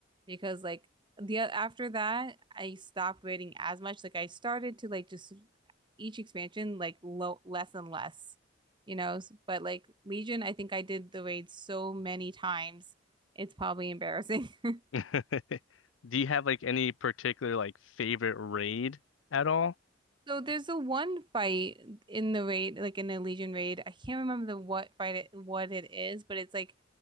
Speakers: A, on the right; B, on the left.
A: because like the after that I stopped raiding as much. Like I started to like just each expansion like low less and less, you know. S- But like Legion, I think I did the raid so many times, it's probably embarrassing. <laughs>
B: <laughs> Do you have like any particular like favorite raid at all?
A: So there's a one fight in the raid, like in the Legion raid. I can't remember the what fight it, what it is, but it's like,